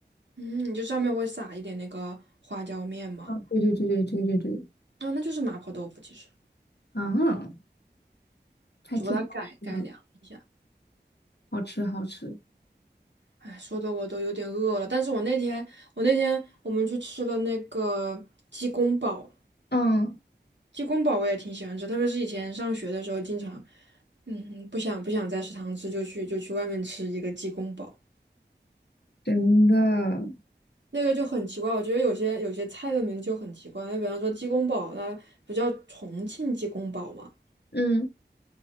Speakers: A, on the right (about 75°); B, on the left (about 65°).
A: 嗯，就上面会撒一点那个花椒面嘛。
B: 啊，对对对对对对对，
A: 哦，那就是麻婆豆腐，其实
B: 啊，还挺好吃的，
A: 只不过它改改良一下。
B: 好吃好吃。
A: 哎，说的我都有点饿了。但是我那天，我那天我们去吃了那个鸡公煲，
B: 嗯，
A: 鸡公煲我也挺喜欢吃，特别是以前上学的时候，经常，嗯，不想不想在食堂吃，就去就去外面吃一个鸡公煲，
B: 真的
A: 那个就很奇怪。我觉得有些有些菜的名字就很奇怪，比方说鸡公煲，它不叫重庆鸡公煲吗？
B: 嗯，